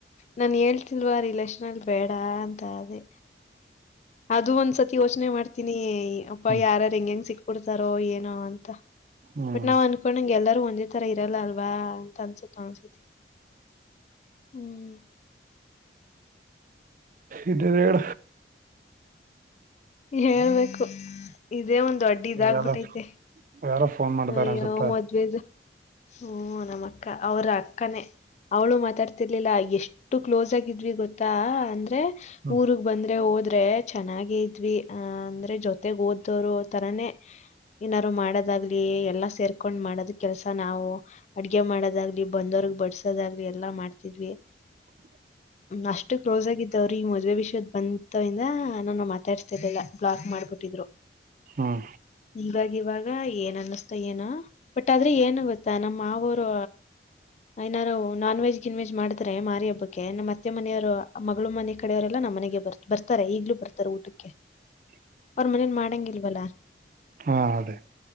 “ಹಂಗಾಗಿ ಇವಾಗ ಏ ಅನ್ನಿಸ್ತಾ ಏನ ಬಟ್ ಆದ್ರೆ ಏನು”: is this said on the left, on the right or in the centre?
Left